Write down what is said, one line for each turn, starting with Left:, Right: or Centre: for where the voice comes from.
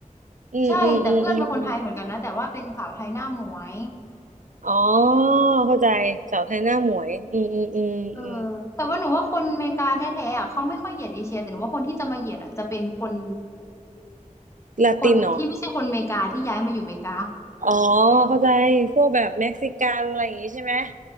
Right: อืมอืมอืมอืมอืม
Left: ใช่แต่เพื่อนเป็นคนไทยเหมือนกันนะแต่ว่าเป็นสาวไทยหน้าหมวย
Right: อ๋อเข้าใจสาวไทยหน้าหมวยอืมอืมอืมอืม
Left: เออแต่ว่าหนูว่าคนอเมริกาแท้ๆอ่ะเขาไม่ค่อยเหยียดเอเชียแต่หนูว่าคนที่จะมาเหยียดอ่ะจะเป็นคน
Right: ลาตินเหรอ
Left: คนที่ไม่ใช่คนอเมริกาที่ย้ายมาอยู่อเมริกา
Right: อ๋อเข้าใจพวกแบบเม็กซิกันอะไรอย่างงี้ใช่ไหม